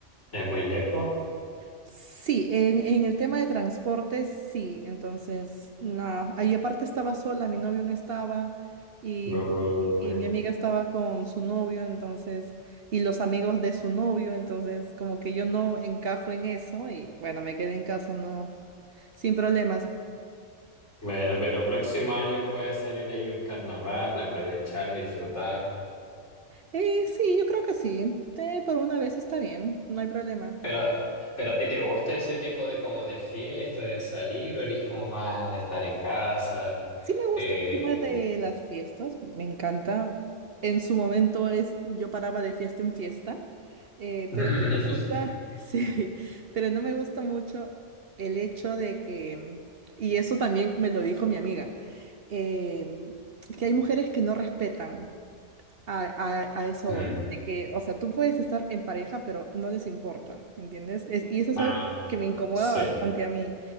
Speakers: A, on the left; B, on the right.
A: es muy lejos.
B: Sí, en, en el tema de transporte, sí. Entonces, nada, ahí aparte estaba sola, mi novio no estaba y,
A: Uh.
B: y mi amiga estaba con su novio, entonces, y los amigos de su novio, entonces como que yo no encajo en eso y bueno, me quedé en casa, no, sin problemas.
A: Bueno, pero próximo año puede salir ahí un carnaval, aprovechar, disfrutar.
B: Eh, sí, yo creo que sí. Eh, por una vez está bien, no hay problema.
A: Pero, pero ¿a ti te gusta ese tipo de como de fiesta, de salir, o eres como más de estar en casa?
B: Sí me gusta
A: Eh...
B: el tema de las fiestas, me encanta. En su momento es, yo paraba de fiesta en fiesta, eh,
A: <laughs>
B: pero no me gusta, <laughs> sí, pero no me gusta mucho el hecho de que, y eso también me lo dijo mi amiga, eh, que hay mujeres que no respetan. A, a- a eso
A: Mm.
B: voy. De que, o sea, tú puedes estar en pareja, pero no les importa, ¿entiendes? Es- y eso es
A: Ah,
B: algo que me incomoda
A: sí,
B: bastante a mí.